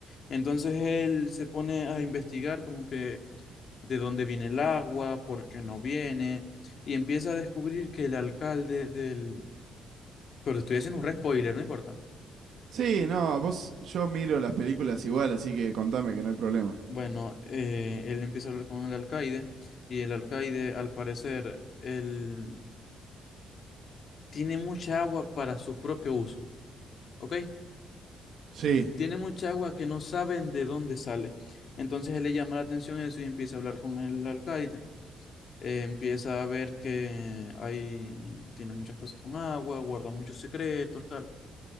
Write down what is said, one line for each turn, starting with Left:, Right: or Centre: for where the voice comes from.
Left: entonces él se pone a investigar como que de dónde viene el agua, por qué no viene, y empieza a descubrir que el alcalde del... Pero estoy haciendo un re spoiler, no importa.
Right: Sí, no, vos, yo miro las películas igual, así que contame que no hay problema.
Left: Bueno, eh, él empieza a hablar con el alcaide y el alcaide, al parecer, él tiene mucha agua para su propio uso, ¿ok?
Right: Sí,
Left: Tiene mucha agua que no saben de dónde sale. Entonces él le llama la atención eso y empieza a hablar con el alcaide. Eh, empieza a ver que hay, tiene muchas cosas con agua, guarda muchos secretos, tal.